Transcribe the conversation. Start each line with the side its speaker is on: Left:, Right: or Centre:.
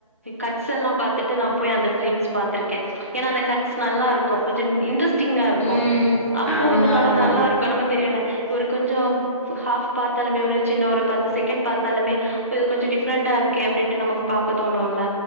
Right: கட்ஸ் எல்லா பாத்துட்டு நா போய் அந்த ஃபிலிம்ஸ் பாத்துருக்கே ஏன்னா அந்த கட்ஸ் நல்லா இருக்கு கொஞ்ச இன்ட்ரெஸ்டிங்கா இருக்கு
Left: ம்
Right: அப்போ
Left: ஆமா
Right: இந்த படோ
Left: ஆமா
Right: நல்லா இருக் <unintelligible> தெரியுல ஒரு கொஞ்சோ ஹாஃப் பாத்தாலுமே ஒரு சின்ன ஒரு பத்து செகண்ட் பாத்தாலுமே இது கொஞ்ச டிஃப்ரெண்டா இருக்கே அப்டின்ட்டு நமக் பாக்க தோணுல்ல